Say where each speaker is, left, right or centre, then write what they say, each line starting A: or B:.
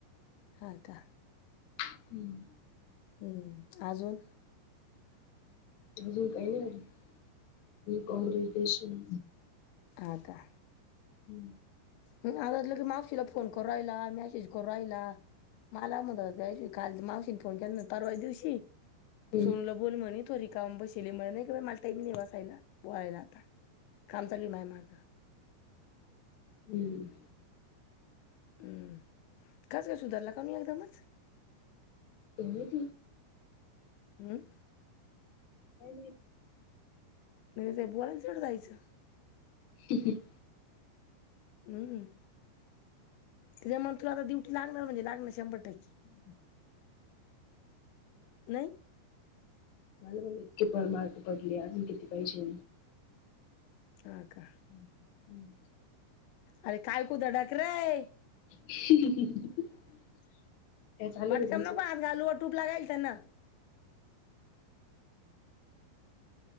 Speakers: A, on the left; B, on the left.
A: ह का
B: हम्म
A: हम्म अजून
B: अजून काही नाही झा ह कॉग्रेटेशन
A: आ का
B: हम्म
A: ह आता ल की मावशीला फोन करू राहिला मेसेज करू राहिला मलाम काल मावशीने फोन केला परवा दिवशी
B: हम्म
A: सुरूलं बोल म्हणे थोडीरी काम बसली मला नाही बा मला टाईम निवासायला बोळायला काम चालू माय माझं
B: हम्म
A: हम्म काच काय सुधार लगवणी लादमच
B: तम त
A: हम्म
B: काय माहित
A: नाही नाही ते बोलांचड जायचं
B: क
A: हम्म त्या मग तुला आता ड्युटी लागणार म्हणजे लागणार शंभर टक्के
B: हम्
A: नाही
B: मला मला इतककी पार मार्क पडली अजून किती पाहिजे
A: हा का
B: हम् हम्म
A: अरे काय कुदंडाक रय
B: <inaudible> चालू
A: मटकम
B: आहे का तुमचं?
A: नक हात घालू अ टूप लागाईल तर ना